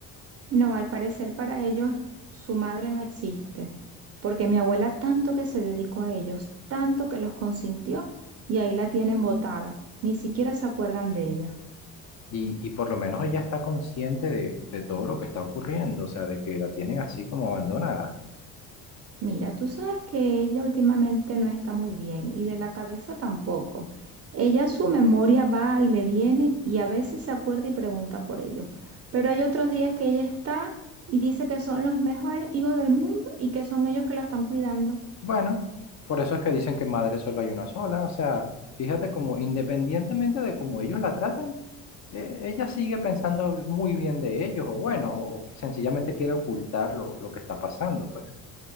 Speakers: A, on the right (about 40°); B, on the left (about 45°).
A: No, al parecer para ellos su madre no existe, porque mi abuela tanto que se dedicó a ellos, tanto que los consintió y ahí la tienen botada, ni siquiera se acuerdan de ella.
B: Y, y por lo menos ella está consciente de, de todo lo que está ocurriendo, o sea, de que la tienen así como abandonada.
A: Mira, tú sabes que ella últimamente no está muy bien y de la cabeza tampoco. Ella su memoria va y le viene y a veces se acuerda y pregunta por ellos, pero hay otros días que ella está y dice que son los mejores hijos del mundo y que son ellos que la están cuidando.
B: Bueno, por eso es que dicen que madre solo hay una sola, o sea, fíjate como independientemente de cómo ellos la tratan. eh, ella sigue pensando muy bien de ellos, o bueno, o, o sencillamente quiere ocultar lo, lo que está pasando, pues.